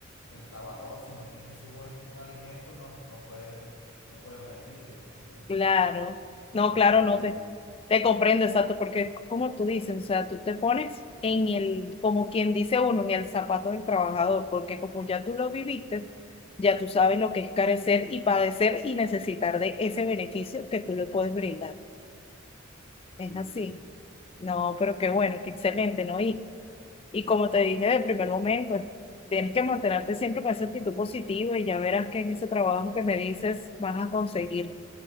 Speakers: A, on the left (about 85°); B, on the left (about 30°).
A: el trabajador, si no tiene su buen alimento, no, no puede, no puede rendir, entonces
B: Claro,
A: tiene
B: no,
A: que
B: claro,
A: estar
B: no
A: bien.
B: te, te comprendo, exacto, porque como tú dices, o sea, tú te pones en el, como quien dice uno, en el zapato del trabajador, porque como ya tú lo viviste, ya tú sabes lo que es carecer y padecer y necesitar de ese beneficio que tú le puedes brindar. Es
A: Sí,
B: así.
A: exactamente.
B: No, pero qué bueno, qué excelente, ¿no? Y, y como te dije del primer momento, tienes que mantenerte siempre con esa actitud positiva y ya verás que en ese trabajo que me dices vas a conseguir